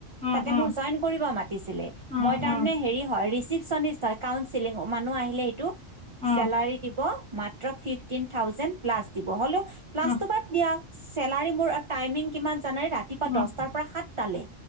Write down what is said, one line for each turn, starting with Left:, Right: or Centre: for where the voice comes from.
Centre: উম
Right: তাতে
Centre: উম
Right: মোৰ জইন কৰিব মাতিছিলে
Centre: উম
Right: মই তাৰে
Centre: উম
Right: হ হয় চিপনিষ্ট হয় কাউন্সেলিং মানুহ আহিলে এইটো
Centre: উম
Right: চেলাৰী দিব মাত্ৰ ফিফটিন থােওজেন প্লাছ দিব হলেও প্লাছটো
Centre: উম উম
Right: বাদ দিয়া চেলাৰী মোৰ টাইমিং কিমান জানে ৰাতিপুৱা
Centre: উম
Right: দহটাৰ পৰা সাতটালে